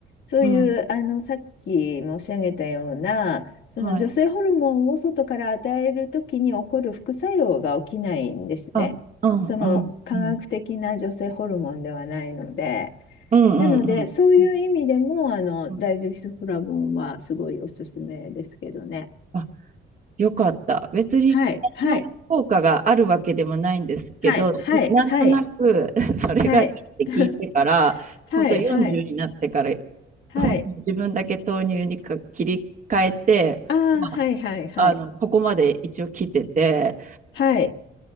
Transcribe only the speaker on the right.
うん、
はい。あ、うん、
うん、うん、うん、
うん、うん、
うん。
うん
あよかった。別にの効果があるわけでもないんですけど、
なんとなく
<laughs> それがいいって聞いてから、
本当40になってから、
本当に自分だけ豆乳にか切り替えて、
まあ、
あのここまで一応来てて、